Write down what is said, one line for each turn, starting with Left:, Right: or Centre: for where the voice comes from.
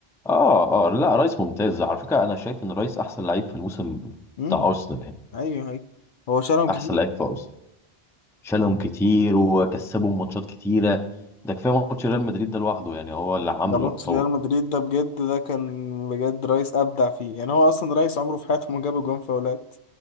Centre: اه اه لا رايس ممتاز على فكره انا شايف ان رايس احسن لعيب في الموسم
Left: امم
Centre: بتاع ارسنال يعني
Left: ايوه ايوه هو شالهم كتير
Centre: احسن لعيب في ارسنال شالهم كتير وكسبهم ماتشات كتيره ده كفايه ماتش ريال مدريد ده لوحده يعني هو اللي عامله
Left: ده ماتش
Centre: يعتبر
Left: ريال مدريد ده بجد ده كان بجد رايس ابدع فيه يعني هو اصلا رايس عمره في حياته ما جاب جون فاولات